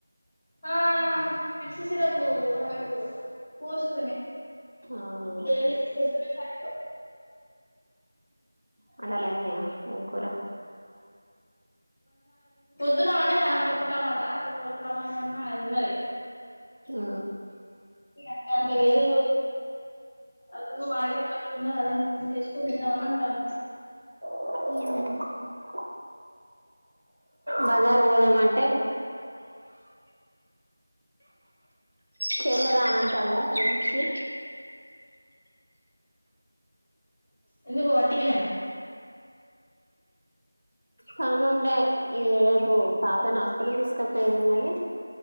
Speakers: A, on the left (about 40°); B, on the right (about 75°).
A: ఆ పిడ్స సిరబు ఆమెకు కోర్సు పిన్ని
B: అవునా
A: డైలీ పొద్దున సాయంత్రం
B: వంటలయినయా ఏం కూర
A: పొదున్న వండినా పప్పు టమాటా పెసరపప్పు టమాటా వండినా అది ఉన్నది
B: ఉ
A: వండే అంత లేదు ఆల్లు మాడికాయ్ పచ్చడ ఉన్నది అది ఇంత ఇది ఇంత వేసుకొని తిందాము అని అంటాన్న
B: <unintelligible> బజార్ పోదాం అంటే చెల్లా రానన్ సామ్ క్లన్షకి
A: ఎందుకు వట్టిగానేేనా
B: పనుండే ఎపు పాత నాస్ ఇప్పుడే తీసుకపోయేదున్నది